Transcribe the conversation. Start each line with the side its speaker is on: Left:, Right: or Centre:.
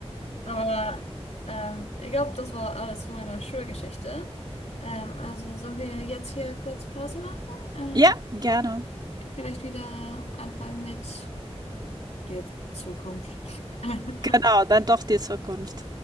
Left: Aber ähm, ich glaube, das war alles von meiner Schulgeschichte. Ähm, also sollen wir jetzt hier kurz Pause machen? Ähm,
Right: Ja, gerne.
Left: vielleicht wieder anfangen mit der Zukunft. <laughs>
Right: Genau, dann doch die Zukunft.